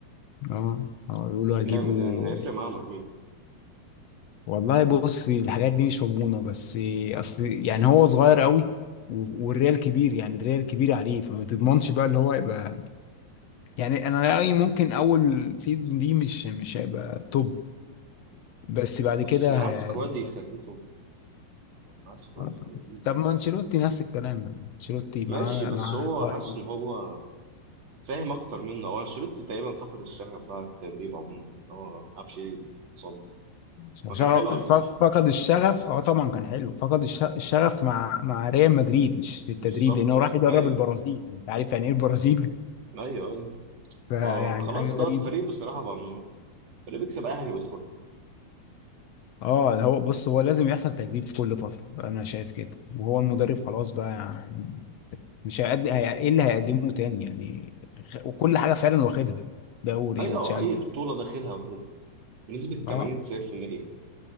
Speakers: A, on the left (about 70°); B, on the right (about 45°).
A: اه اه بيقولوا
B: بس جامد
A: هيجيبوا
B: يعني هيفرق معاهم اكيد
A: والله بص الحاجات دي مش مضمونة بس أصل يعني هو صغير قوي و- والريال كبير يعني الريال كبير عليه فما تضمنش بقى اللي هو يبقى يعني أنا رأيي ممكن أول سيزون دي مش مش هيبقى توب بس بعد
B: بس
A: كده
B: معاه
A: هي-
B: سكواد يخليه توب مع سكواد
A: آه، طب
B: لذيذ
A: طب
B: برضه
A: ما انشيلوتي نفس الكلام يعني. انشيلوتي مع
B: ماشي بس
A: مع
B: هو
A: طيب
B: حاسس ان هو فاهم اكتر منه هو انشيلوتي تقريبا فقد الشغف بقى في التدريب عموما ان هو ما عرفش ايه اللي حصل له.
A: شغف
B: ما كان حلو على فكره
A: ف- فقد الشغف اه طبعا كان حلو فقد الش- الشغف مع مع ريال مدريد مش في التدريب
B: بالظبط
A: لانه راح يدرب
B: ايوه
A: البرازيل انت عارف يعني ايه البرازيل
B: ايوه ايوه
A: <laughs> فيعني
B: ما هو خلاص
A: حاجه غريبه
B: بقى الفريق بصراحه بقى ممل الفريق بيكسب اي حاجه بيدخلها
A: اه ده هو بص هو لازم يحصل تجديد في كل فتره انا شايف كده وهو المدرب خلاص بقى يعني مش هيقدم هي... ايه اللي هيقدمه تاني يعني خ- وكل حاجه فعلا واخدها دوري
B: ايوه
A: وتشامبيونز
B: اي بطوله داخلها واخدها بنسبه
A: اه.
B: 80 90%